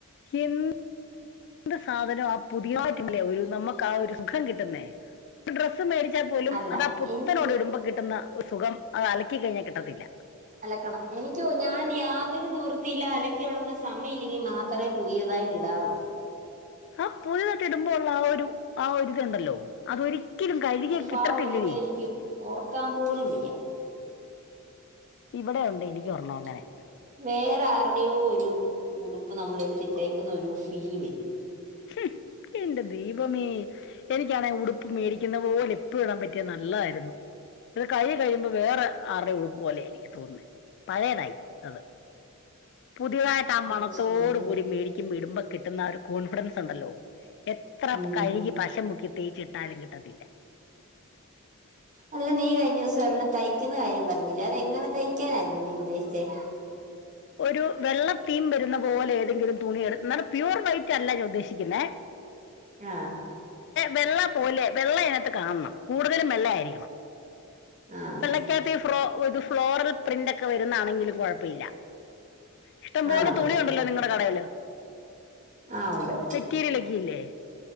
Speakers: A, on the left; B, on the right.
A: എന്ത് എന്ത് സാധനം ആ പുതിയായിട്ടല്ലേ ഒരു നമുക്ക് ആ ഒരു സുഖം കിട്ടുന്നേ ഡ്ര ഡ്രസ്സ് മേടിച്ചാൽ പോലും
B: അല്ല
A: അതാപുത്തനോട്
B: എനിക്ക്
A: ഇടുമ്പോ കിട്ടുന്ന ഒരു സുഖം അത് അലക്കി കഴിഞ്ഞാൽ കിട്ടത്തില്ല
B: കണം എനിക്ക ഞാൻ യാതൊരു നിവർ നിവൃത്തിയില്ല അലക്കി ഉണങ്ങാ സമയമില്ലെങ്കി മാത്രമേ പുതിയതായിട്ട് ഇടാറുള്ളൂ
A: ആ പുതിതൊക്കെ ഇടുമ്പോ ഉള്ള ആ ഒരു ആരിതുണ്ടല്ലോ അതൊ ഒരിക്കലും കഴുകിയ
B: ഉഫാ
A: കിട്ടത്തില്ലടി
B: ഒരിത് എനിക്ക് ഓർക്കാൻ പോലും വയ്യ
A: ഇവിടെ ഉണ്ട് എനിക്കൊരെണ്ണം അങ്ങനെ
B: വേ വേറെ ആരുടെയോ ഒരു ഉടുപ്പ് നമ്മള് എടുതിട്ടേക്കുന്ന ഒരു ഫീല് വരും
A: ഉം എന്റെ ദൈവമേ എനിക്കാണെ ഉടുപ്പ് മേടിക്കുന്ന പോലെ എപ്പളും ഇടാൻ പറ്റിയ നല്ലതായിരുന്നു ഇത് കഴുകി കഴിയുമ്പോ വേറെ ആരുടെ ഉടുപ്പ് പോലെയ തോന്നുന്നത് പഴയതായി അത് പുതിയതായിട്ട് ആ
B: ഇവിടെ
A: മണത്തോട്
B: പക്ഷെ നേരെ
A: കൂടി മേടിക്കുമ്പോ ഇടുമ്പോ കിട്ടുന്ന ഒരു കോൺഫിഡൻസ് ഉണ്ടല്ലോ എത്ര
B: ഉം
A: കഴുകി പശ മുക്കി തേച്ചിട്ടാലും കിട്ടത്തില്ല
B: അല്ല നീ കഴിഞ്ഞ ദിവസം ഒരെണ്ണം തയ്ക്കുന്ന കാര്യം പറഞ്ഞില്ലേ അത് എങ്ങനെ തയ്ക്കാനായിരുന്നു നീ ഉദ്ദേശിച്ച ച്ചെ
A: ശബ്ദം ക്ലിയർ അല്ല ഒരു വെള്ളത്തീം വരുന്ന പോലെ ഏതെങ്കിലും തുണി എടുത്ത് നല്ല പ്യൂവർ വൈറ്റ് അല്ല ഞാൻ ഉദ്ദേശിക്കുന്ന
B: ആ
A: വെള്ള പോലെ വെള്ള എന കാണണം കൂടുതലും വെള്ള ആയിരിക്കണം
B: ആഹ്
A: വെള്ളക്കാത്തി ഫ്രോ ഒരു ഫ്ലോറൽ പ്രിന്റൊക്കെ വരുന്നാണെങ്കിലും കുഴപ്പ ഇല്ല ഇഷ്ടംപോലെ
B: ആണോ
A: തുണിയുണ്ടല്ലോ നിങ്ങടെ കടയില്
B: ആഹ് ഉണ്ട്
A: മെറ്റീരിയലെക്കയില്ലേ